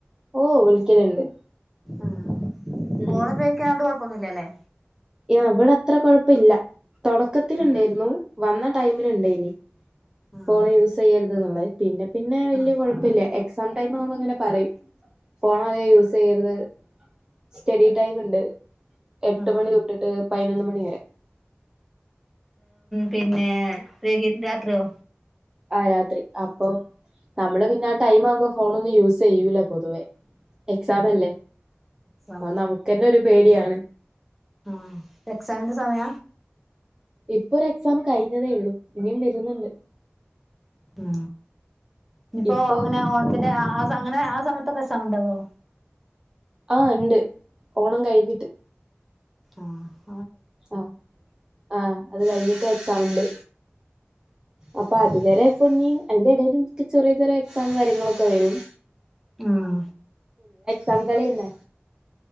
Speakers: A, on the right; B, in the centre.
A: ഓ വിളിക്കലുണ്ട്
B: ഉം
A: ഉം
B: ഫോണ് ഉപയോഗിക്കാനോണ്ട് കൊഴപ്പൊന്നുമില്ലല്ലേ
A: ഇവിടെ അത്ര കൊഴപ്പില്ല തുടക്കത്തിുണ്ടായിരുന്നു
B: ആഹ്
A: വന്ന ടൈമിനുണ്ടായിനി
B: ആഹ്
A: ഫോൺ യൂസ് ചെയ്യരുത് എന്നുള്ളത് പിന്നെ പിന്നെ വലിയ
B: ആഹ്
A: കുഴപ്പമില്ല എക്സാം ടൈമ നമുക്ക് അങ്ങനെ പറയും ഫോൺ അധികം യൂസ് ചെയ്യരുത് സ്റ്റഡി ടൈമ ഉണ്ട് എട്ട്
B: ആഹ്
A: മണി തൊട്ടിട്ട് പതിനൊന്ന് മണി വരെ
B: പിന്നെ രകിത് രാത്രിയോ
A: ആ രാത്രി അപ്പൊ നമ്മള് പിന്നെ ടൈം ആവുമ്പോ ഫോണ ഒന്ന് യൂസ് ചെയ ചെയ്യൂല പൊതുവേ എക്സാാം അല്ലേ
B: എസ
A: അത് നമുക്കന്നെ ഒരു പേടിയാണ്
B: ആ ആഹ എക്സമിന്റെ സമയ
A: ഇപ്പൊ ഒരു എക്സാം കഴിഞ്ഞതേ ഉള്ളൂ ഇനിയും വരുന്നുണ്ട്
B: ആ ഇനിപ്പോ
A: ഇപ്പം
B: അങ്ങനെ ഓണത്തിന്റെ അങ്ങനെ ആ സമയത്തൊക്കെ എ സാഖുണ്ടാവോ
A: ആ് ഉണ്ട് ഓണം കഴിഞ്ഞിട്ട്
B: ആഹ
A: ആ ആഹ് അത് കഴിഞ്ഞിട്ട് വെക്കാംുണ്ട് അപ്പൊ അതുവരെ ഇപ്പൊ ന അതിന്റെ ഇടൽും ചെറിയ ചെറിയ എക്സാംും കാര്യങ്ങളൊക്കെ വരും
B: ആഹ
A: സങ്കളിന്നെ